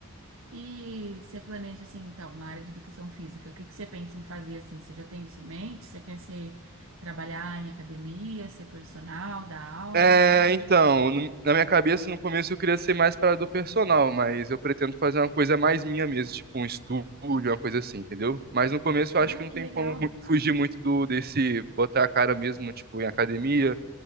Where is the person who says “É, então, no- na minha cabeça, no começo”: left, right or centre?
Right